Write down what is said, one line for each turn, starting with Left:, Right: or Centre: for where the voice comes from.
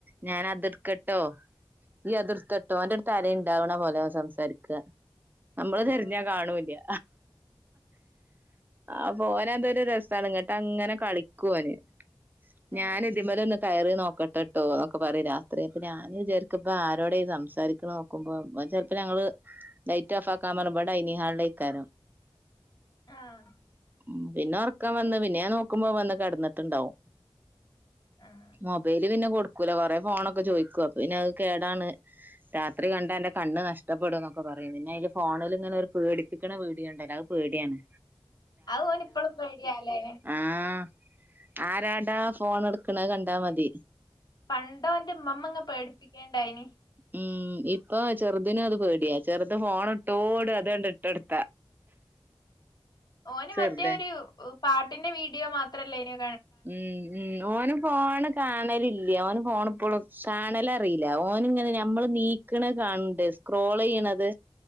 Right: ഞാൻ അതിർ ക്കെട്ടോ ഈ അത്ട്ത്തൊട്ടോ ഓന്റട്ത് ആരെൻകി ഇണ്ടാവ്ണ പോലെ ഓൻ സംസാരിക്ക നമ്മള്
Left: ആഹ്
Right: തെര്ഞ്ഞാ കാണൂല്യ. ആപ്പൊ ഓനതൊരു രസാണ്, ഇങ്ങട് ട്ടങ്ങനെ കളിക്കോന്. ഞാന്
Left: ആഹ്
Right: തിമലൊന്ന് കയറി നോക്കട്ടെട് ട്ടോന്നൊക്കെ പറയും രാത്രി. അപ്പെ ഞാൻ വിചിരിക്കും ആരോടാ ഈ സംസാരിക്കുണെ നോക്കുമ്പോ ചെലപ്പോ ഞങ്ങള് ലൈറ്റ് ആഫ് ആക്കാൻ പറിമ്പോ ഡയനിങ്ങ് ഹാളിലേക്കാരം
Left: ആഹ്
Right: ഉം പിന്നെ ഒർക്കം വന്ന്.
Left: അങ്ങനെ.
Right: പിന്നെ ഞാ നോക്കുമ്പോ വന്ന് കെടന്ന്ട്ട്ണ്ടാവും.
Left: ആഹ്
Right: മൊബ് ബൈല് പിന്നെ കൊടുക്കൂല. കൊറേ ഫോണൊക്കെ ചോയ്ക്കും. അപ്പൊ പിന്നെ അത് കേടാണ് രാത്രി കണ്ടാ അന്റെ കണ്ണ് നഷ്ടപ്പെടുംന്നൊക്കെ പറയും. പിന്നയില് ഫോണില് ഇങ്ങനെ ഒരു പേടിപ്പി ക്ക്ണ വീഡിയോണ്ടല്ലോ, അത് പേട്യാണ്.
Left: അത് ഓന് ഇപ്പളും പേട്യാ ലേ.
Right: ആഹ്. ആരാണ്ടാ ഫോണ് ട്ക്ക്ണ ത് കണ്ടാ മതി.
Left: പണ്ടവൻ്റെമ്മമ്മ ങ്ങ പേടിപ്പിക്കേണ്ടായിനി.
Right: ഉം ഇപ്പൊ ചെറുതിനു അത് പേടിയാ. ചെറുത് ഫോണ് ട്ടോടും അതണ്ട്ട്ടൊട്ത്താ.
Left: ഓന്
Right: ചെറുത്
Left: മറ്റേ ഒരു പാട്ടിന്റെ വീഡിയോ മാത്രല്ലേന്യോ
Right: ഉം ഉം ഓന് ഫോണ് കാണലി ല്യ. ഓന്ഫോണ് പ്പളും കാണലറീല. ഓന്ങ്ങനെ നമ്മള് നീക്കണെ കാണ് ണ്ട്. സ്ക്രോളെയ്യ്ണത്.